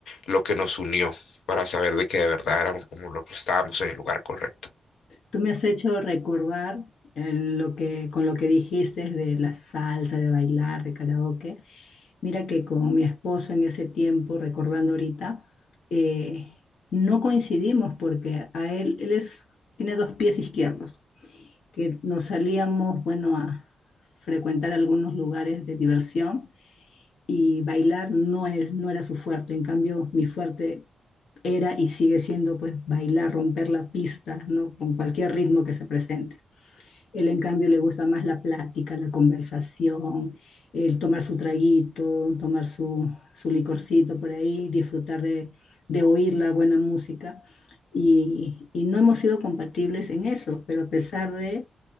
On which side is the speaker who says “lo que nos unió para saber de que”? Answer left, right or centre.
Left